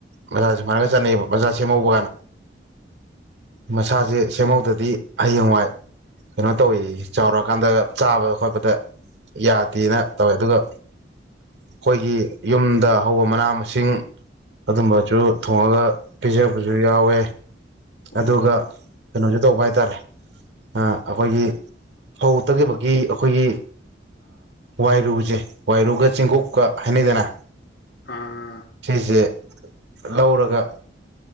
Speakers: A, on the right; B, on the left.
A: ꯃꯆꯥ ꯁꯨꯃꯥꯏꯅ ꯆꯠꯅꯩꯌꯦꯕ ꯃꯖꯥ ꯁꯦꯝꯍꯧꯕ ꯑꯅ꯫ ꯃꯁꯥꯁꯦ ꯁꯦꯝꯍꯧꯗꯗꯤ
B: ꯑꯣ
A: ꯍꯌꯦꯡꯋꯥꯏ ꯀꯩꯅꯣ ꯇꯧꯋꯤ ꯆꯥꯎꯔꯛꯑꯀꯥꯟꯗ ꯆꯥꯕꯗ ꯈꯣꯠꯄꯗ ꯌꯥꯗꯦꯅ ꯇꯧꯋꯦ ꯑꯗꯨꯒ ꯑꯩꯈꯣꯏꯒꯤ ꯌꯨꯝꯗ ꯍꯧꯕ ꯃꯅꯥ ꯃꯁꯤꯡ ꯑꯗꯨꯝꯕꯁꯨ ꯊꯣꯡꯉꯗ ꯄꯤꯖꯕꯁꯨ ꯌꯥꯎꯋꯦ
B: ꯑꯣ
A: ꯑꯗꯨꯒ ꯀꯩꯅꯣꯁꯦ ꯇꯧꯕ ꯍꯥꯏꯇꯥꯔꯦ ꯑꯩꯈꯣꯏꯒꯤ ꯐꯧ ꯇꯛꯈꯤꯕꯒꯤ ꯑꯩꯈꯣꯏꯒꯤ ꯋꯥꯏꯔꯨꯁꯦ ꯋꯥꯏꯔꯨꯒ ꯆꯦꯡꯒꯣꯛꯀ ꯍꯥꯏꯅꯩꯗꯅ
B: ꯑꯥ
A: ꯁꯤꯁꯦ ꯂꯧꯔꯒ